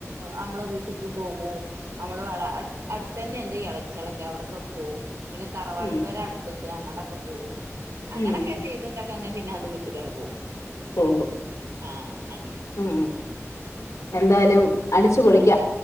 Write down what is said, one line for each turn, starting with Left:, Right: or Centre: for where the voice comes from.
Right: നമ്മളെ വീട്ടിലക്ക് പോകും നമ്മളെ വ അ അടുത്തതന്നെ ഉണ്ട് ഇളച്ചിളൊക്കെ അവിടക്കൊക്കെ പോകവും പിന്നെ തറവാട്
Left: ഉം
Right: പേരെ അടുത്തണ്ട് അങ്ങോട്ടൊക്കെ പോകും അങ്ങനൊക്കെ
Left: ഉം
Right: ചെയ്തിട്ടൊക്കെ ങ്ങനെ പിന്നാണ്ട് വീട്ടിക്കാണ് പോകവും
Left: പോകും
Right: ആ
Left: ഉം എന്തായാലും അടിച്ചു പൊളിക്കാം